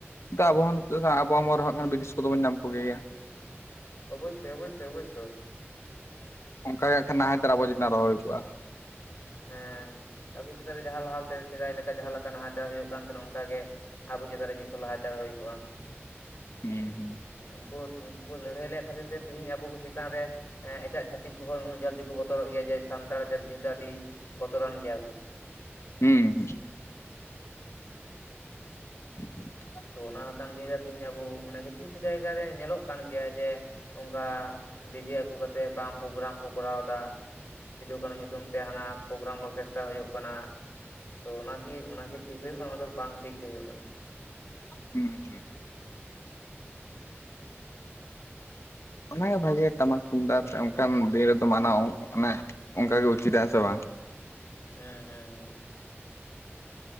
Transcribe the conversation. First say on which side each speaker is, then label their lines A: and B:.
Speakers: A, on the left; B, on the left.
A: ᱟᱵᱚ ᱦᱚᱸ ᱱᱤᱛᱚᱜ ᱫᱚ ᱟᱵᱚᱣᱟᱜ ᱟᱢᱚᱞ ᱨᱮ ᱦᱚᱸ ᱵᱨᱤᱴᱤᱥ ᱠᱚᱫᱚ ᱵᱚᱱ ᱧᱟᱢ ᱠᱚ ᱜᱮᱭᱟ
B: ᱚᱵᱚᱥᱥᱳᱭ ᱚᱵᱚᱥᱥᱳᱭ ᱚᱵᱚᱥᱥᱳᱭ
A: ᱚᱱᱠᱟ ᱜᱮ ᱦᱟᱸᱜ ᱠᱷᱟᱱ ᱱᱟᱦᱟᱪᱟᱨ
B: ᱛᱮᱦᱤᱧ
A: ᱟᱵᱚ ᱪᱮᱛᱟᱱ ᱨᱮ ᱦᱚ ᱦᱩᱭ ᱠᱚᱜᱼᱟ
B: ᱦᱮᱸ ᱟᱵᱚ ᱪᱮᱛᱟᱱ ᱨᱮ ᱡᱟᱦᱟ ᱞᱟᱦᱟ ᱛᱮ ᱥᱮᱫᱟᱭ ᱞᱮᱠᱟ ᱡᱟᱦᱟ ᱞᱮᱠᱟ ᱱᱟᱦᱟᱪᱟᱨ ᱦᱩᱭᱩᱜ ᱠᱟᱱ ᱛᱟᱦᱮᱱᱟ ᱚᱱᱠᱟ ᱜᱮ ᱟᱵᱚ ᱪᱮᱛᱟᱱ ᱨᱮ ᱱᱤᱛ ᱦᱚᱸ ᱱᱟᱦᱟᱪᱟᱨ ᱦᱩᱭ ᱠᱚᱜᱼᱟ
A: ᱦᱩᱸ ᱦᱩᱸ
B: ᱩᱱᱠᱩ ᱩᱱᱠᱩ ᱠᱚ ᱞᱟᱹᱲᱦᱟᱹᱭ ᱞᱮᱫ ᱠᱷᱟᱹᱛᱤᱨ ᱛᱮ ᱛᱤᱦᱤᱧ ᱟᱵᱚ ᱠᱚ ᱪᱮᱛᱟᱱ ᱨᱮ ᱮᱸᱜ ᱮᱴᱟᱜ ᱪᱷᱟᱹᱛᱤᱠ ᱠᱚᱦᱚᱸ ᱩᱱᱟᱹᱜ ᱡᱟᱞᱫᱤ ᱠᱚ ᱵᱚᱛᱚᱨᱚᱜ ᱜᱮᱭᱟ ᱡᱮ ᱥᱟᱱᱛᱟᱲ ᱡᱟᱹᱛᱤ ᱫᱚ ᱟᱹᱰᱤ ᱵᱚᱛᱚᱨᱟᱱ ᱜᱮᱭᱟ ᱠᱚ
A: ᱦᱩᱸᱦᱩᱸ <inaudible>
B: ᱛᱚ ᱚᱱᱟ ᱞᱮᱠᱟᱱ ᱫᱤᱱ ᱨᱮ ᱛᱤᱦᱤᱧ ᱟᱵᱚ ᱚᱱᱟᱜᱮ ᱠᱤᱪᱷᱩ ᱠᱤᱪᱷᱩ ᱡᱟᱭᱜᱟ ᱨᱮ ᱧᱮᱞᱚᱜ ᱠᱟᱱ ᱜᱮᱭᱟ ᱡᱮ ᱚᱱᱠᱟ ᱰᱤᱡᱮ ᱟᱹᱜᱩ ᱠᱟᱛᱮᱫ ᱵᱟᱝ ᱯᱨᱳᱜᱨᱟᱢ ᱠᱚ ᱠᱚᱨᱟᱣ ᱫᱟ ᱥᱤᱫᱩ ᱠᱟᱹᱱᱩ ᱧᱩᱛᱩᱢ ᱧᱩᱛᱩᱢ ᱛᱮ ᱦᱟᱱᱟ ᱯᱨᱳᱜᱨᱟᱢ ᱚᱨᱜᱮᱥᱴᱟᱨ ᱦᱳᱭᱳᱜ ᱠᱟᱱᱟ ᱛᱚ ᱚᱱᱟ ᱜᱮ ᱚᱱᱟ ᱜᱮ ᱴᱷᱤᱠ ᱦᱳᱭᱳᱜ ᱠᱟᱱᱟ ᱚᱱᱟ ᱫᱚ ᱵᱟᱝ ᱴᱷᱤᱠ ᱜᱮ ᱦᱳᱭᱳᱜ ᱠᱟᱱᱟ
A: ᱦᱮᱸ ᱦᱮᱸ ᱚᱱᱟᱜᱮ ᱵᱷᱟᱜᱮᱭᱟ ᱴᱟᱢᱟᱠ ᱛᱩᱢᱫᱟᱜ ᱟᱛᱮ ᱚᱱᱠᱟᱱ ᱫᱤᱱ ᱨᱮᱫᱚ ᱢᱟᱱᱟᱣ ᱚᱱᱮ ᱚᱱᱠᱟᱜᱮ ᱩᱪᱤᱫᱟ ᱦᱮᱸ ᱥᱮ ᱵᱟᱝ?
B: ᱦᱮᱸ ᱦᱮᱸ ᱦᱮᱸ